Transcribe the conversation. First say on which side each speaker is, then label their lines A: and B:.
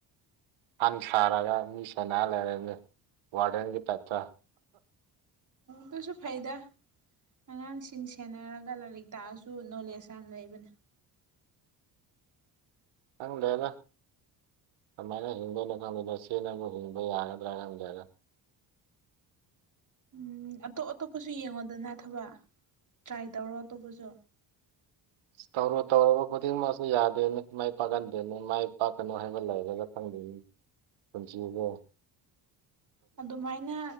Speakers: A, on the right; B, on the right.
A: ꯐꯟ ꯁꯥꯔꯒ ꯃꯤ ꯁꯦꯅꯔ ꯂꯩꯔꯅꯤ ꯋꯥꯔꯗꯦꯟꯒꯤ ꯇꯥꯏꯞꯇ
B: ꯨꯑꯗꯨꯁꯨ ꯐꯩꯗꯥ ꯑꯉꯥꯡꯁꯤꯡ ꯁꯦꯟꯅꯔꯒ ꯂꯥꯏꯔꯤꯛ ꯇꯥꯛꯑꯁꯨ ꯅꯣꯂꯦꯖ ꯌꯥꯝ ꯂꯩꯕꯅꯤ
A: ꯈꯪꯗꯦꯗ ꯀꯃꯥꯏꯅ ꯍꯤꯡꯗꯣꯏꯅꯣ ꯈꯪꯗꯣꯏꯗ ꯆꯦꯅꯕꯨ ꯍꯤꯡꯕ ꯌꯥꯒꯗ꯭ꯔꯥ ꯈꯪꯗꯦꯒ
B: ꯎꯝ ꯑꯇꯣꯞ ꯑꯇꯣꯞꯄꯁꯨ ꯌꯦꯡꯉꯣꯗꯅ ꯊꯕ ꯇ꯭ꯔꯥꯏ ꯇꯧꯔꯣ ꯑꯇꯣꯞꯄꯁꯨ
A: ꯇꯧꯔꯨ ꯇꯧꯔꯨꯕ ꯈꯨꯗꯤꯡꯃꯛꯁꯨ ꯌꯥꯗꯣꯏꯅꯤ ꯃꯥꯏ ꯄꯥꯛꯍꯟꯗꯣꯏꯅꯤ ꯃꯥꯏ ꯄꯥꯛꯀꯅꯨ ꯍꯥꯏꯕ ꯂꯩꯔꯒ ꯈꯪꯖ ꯎꯝ ꯄꯖꯤꯡꯒ
B: ꯑꯗꯨꯃꯥꯏꯅ